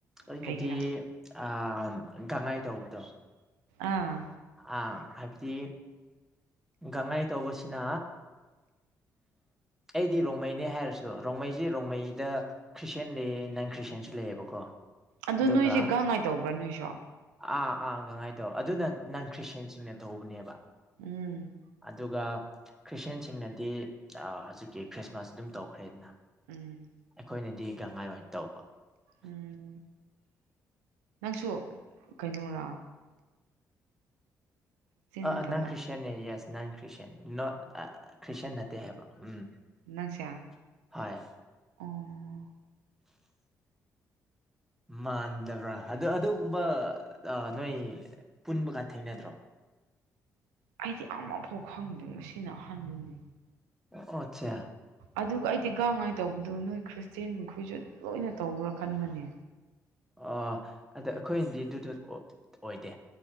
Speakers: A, in the centre; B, on the right (about 75°).
A: ꯑꯩꯅꯗꯤ
B: ꯀꯩꯒꯤꯔꯥ
A: ꯑꯥ ꯒꯉꯥꯏ ꯇꯧꯕꯗꯣ
B: ꯑꯥ
A: ꯑꯥ ꯍꯥꯏꯕꯗꯤ ꯒꯥꯡꯉꯥꯏ ꯇꯧꯕꯁꯤꯅ ꯑꯩꯗꯤ ꯔꯣꯡꯃꯩꯅꯦ ꯍꯥꯏꯔꯁꯨ ꯔꯣꯡꯃꯩꯁꯤ ꯔꯣꯡꯃꯩꯗ ꯈ꯭ꯔꯤꯁꯇꯌꯥꯦꯟ ꯂꯩꯌꯦ ꯅꯟ ꯈ꯭ꯔꯤꯁꯇꯦꯟꯟꯁꯨ ꯂꯩꯌꯦꯕꯀꯣ
B: ꯑꯗꯨ
A: ꯑꯗꯨꯒ
B: ꯅꯣꯏꯁꯦ ꯒꯥꯡꯉꯥꯏ ꯇꯧꯕ꯭ꯔꯥ ꯅꯣꯏꯁꯨ
A: ꯑꯥ ꯑꯥ ꯒꯥꯡꯉꯥꯏ ꯇꯧ ꯑꯗꯨꯅ ꯅꯟ ꯈ꯭ꯔꯤꯁꯇꯦꯟꯁꯤꯡꯅ ꯇꯧꯕꯅꯦꯕ
B: ꯎꯝ
A: ꯑꯗꯨꯒꯥ ꯈ꯭ꯔꯤꯁꯇꯦꯟꯁꯤꯡꯅꯗꯤ ꯍꯧꯖꯤꯛꯀꯤ ꯈ꯭ꯔꯤꯁꯃꯥꯁ ꯑꯗꯨꯝ ꯇꯧꯈ꯭ꯔꯦꯗꯅ
B: ꯎꯝ
A: ꯑꯩꯈꯣꯏꯅꯗꯤ ꯒꯪꯍꯥꯏ ꯑꯣꯏꯅ ꯇꯧꯕ
B: ꯎꯝ ꯅꯪꯁꯨ ꯀꯩꯅꯣꯔ ꯅꯠꯇꯕ꯭ꯔꯥ
A: ꯑ ꯅꯪ ꯈ꯭ꯔꯤꯁꯌꯥꯅꯦ ꯌꯦꯁ ꯅꯟ ꯈ꯭ꯔꯤꯁꯟ ꯈ꯭ꯔꯤꯁꯇꯌꯥꯟ ꯅꯠꯇꯦ ꯍꯥꯏꯕ ꯎꯝ
B: ꯅꯪꯁꯦ ꯑꯣ
A: ꯍꯣꯏ
B: ꯎꯝ
A: ꯃꯥꯟꯗꯕ꯭ꯔꯥ ꯑꯗꯨ ꯑꯗꯨꯒꯨꯝꯕ ꯅꯣꯏ ꯄꯨꯟꯕ ꯀꯥꯟ ꯊꯦꯡꯅꯗ꯭ꯔꯣ
B: ꯑꯩꯗꯤ ꯑꯃꯐꯥꯎ ꯈꯪꯗꯦ ꯑꯁꯤꯅ ꯑꯍꯥꯟꯕꯅꯤ
A: ꯑꯣ ꯑꯆꯥ
B: ꯑꯗꯨ ꯑꯩꯗꯤ ꯒꯥꯡꯉꯥꯏ ꯇꯧꯕꯗꯣ ꯅꯣꯏ ꯈ꯭ꯔꯤꯁꯇꯦꯟ ꯃꯈꯣꯏꯁꯨ ꯂꯣꯏꯅ ꯇꯧꯕꯔꯥ ꯈꯟꯕꯅꯦ
A: ꯑꯣ ꯑꯗ ꯑꯩꯈꯣꯏꯅꯗꯤ ꯑꯗꯨꯗꯨ ꯑꯣꯏꯗꯦ